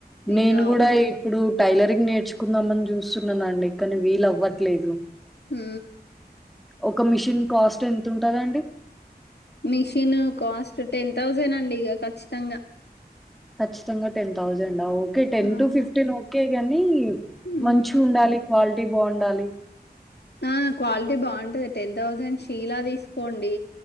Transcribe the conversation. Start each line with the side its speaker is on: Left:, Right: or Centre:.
Centre: నేను
Left: ఇంకా
Centre: కూడా ఇప్పుడు, టైలరింగ్ నేర్చుకుందామని చూస్తున్నానండి కానీ వీలవ్వట్లేదు.
Left: మ్
Centre: ఒక మిషన్ కాస్ట్ ఎంత ఉంటదండి?
Left: మిషిన్ కాస్ట్ టెన్ తౌసండ్ అండి ఇగా ఖచ్చితంగా.
Centre: ఖచ్చితంగా ten thousand? Okay ten
Left: అవునా?
Centre: to ఫిఫ్టీన్ ఓకే గాని,
Left: హ్మ్
Centre: మంచిగుండాలి. క్వాలిటీ బాగుండాలి.
Left: ఆ క్వాలిటీ బాగుంటది టెనూ తౌసన్ షీలా తీసుకోండి.